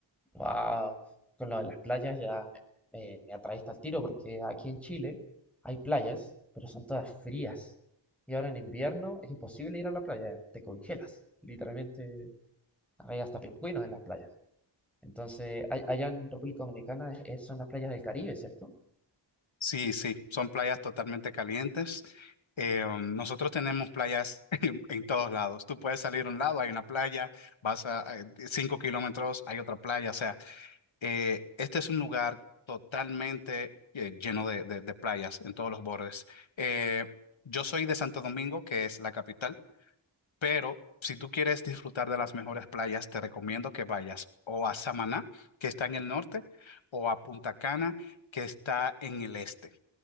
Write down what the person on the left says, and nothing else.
Sí, sí, son playas totalmente calientes. Eh, um, nosotros tenemos playas <laughs> en todos lados. Tú puedes salir a un lado, hay una playa, vas a eh, cinco kilómetros, hay otra playa, o sea. Eh, este es un lugar totalmente eh, lleno de, de- de playas en todos los bordes. Eh, yo soy de Santo Domingo, que es la capital, pero si tú quieres disfrutar de las mejores playas, te recomiendo que vayas o a Samaná, que está en el norte, o a Punta Cana, que está en el este.